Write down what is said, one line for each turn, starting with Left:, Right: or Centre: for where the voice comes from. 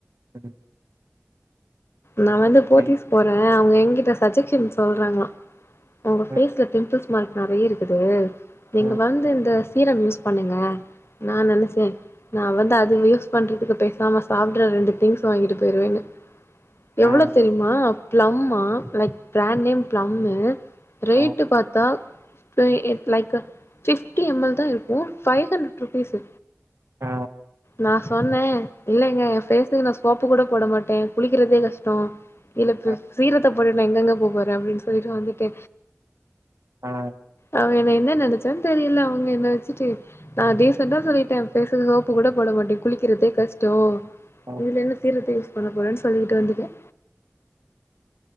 Right: ம்
Left: நா வந்து போத்தீஸ்
Right: என்
Left: போற அவங்க எங்கிட்ட சஜெக்ஷன் சொல்றாங்ளா ஒங்க
Right: ம்
Left: ஃபேஸ்ல பிம்பிள்ஸ் மார்க் நெறைய இருக்குது நீங்க
Right: ம்
Left: வந்து இந்த சீரம் யூஸ் பண்ணுங்க நா நெனச்சே நா வந்து அது வேய்ஸ் பண்றதுக்கு பேசாம சாப்டுற ரெண்டு திங்ஸ் வாங்கிட்டு பேய்ருவன்ன
Right: ம்
Left: எவ்ளோ தெரிமா பிளம்மா லைக் பிராண்ட் நேம் ப்ளம்மு ரேட்டு்
Right: ம்
Left: பாத்தா இ லைக்கு பிப்டி எம் எல் தா இருக்கு ஃபைவ் ஹண்ட்ரட் ருப்பீசு
Right: ம்
Left: நா சொன்ன இல்லங்க எ பேசுக்கு நா சோப்பு கூட போட மாட்டே குளிக்கிறதே கஷ்டோ இல்ல இப்ப
Right: ம்
Left: சீரத்த போட்டுட்டு நா எங்கங்க போபோற அப்டின் சொல்லிட்டு வந்துட்டே
Right: ம்
Left: அவ என்ன என்ன நனச்சு அதா தெரில அவங்க என்ன வச்சுட்டு நா டீசண்டா சொல்லிட்ட பேசுக்கு சோப்பு கூட போட மாட்ட குளிக்கிறதே க கஷ்டோ
Right: ம்
Left: இதுல என்ன சீரத்த யூஸ் பண்ண போறேன் சொல்லிட்டு வந்துட்ட